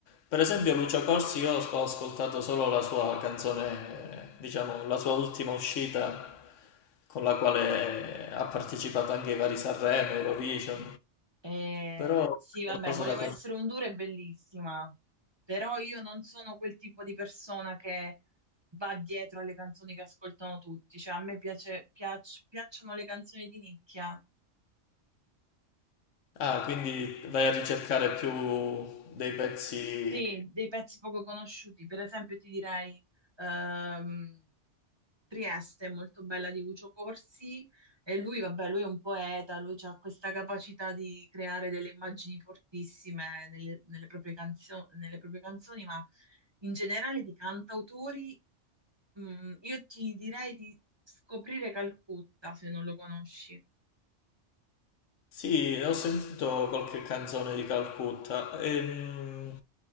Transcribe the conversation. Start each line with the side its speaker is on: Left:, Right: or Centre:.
Left: Per esempio Lucio Corsi, io ho ascoltato solo la sua canzone, eh, diciamo, la sua ultima uscita con la quale ha partecipato anche ai vari Sanremo, Eurovision,
Right: Eh,
Left: però è
Right: sì, vabbè,
Left: qualcosa
Right: volevo
Left: da... con-
Right: essere un duro e bellissima, però io non sono quel tipo di persona che va dietro alle canzoni che ascoltano tutti. Cioè, a me piace, piac- piacciono le canzoni di nicchia.
Left: Ah, quindi vai a ricercare più dei pezzi
Right: Sì, dei pezzi poco conosciuti, per esempio ti direi ehm, Trieste, molto bella di Lucio Corsi, e lui, vabbè, lui è un poeta, lui ha questa capacità di creare delle immagini fortissime nelle, nelle proprie canzio- nelle proprie canzoni, ma in generale di cantautori, mm, io ti direi di scoprire Calcutta, se non lo conosci.
Left: Sì, ho sentito qualche canzone di Calcutta, ehm,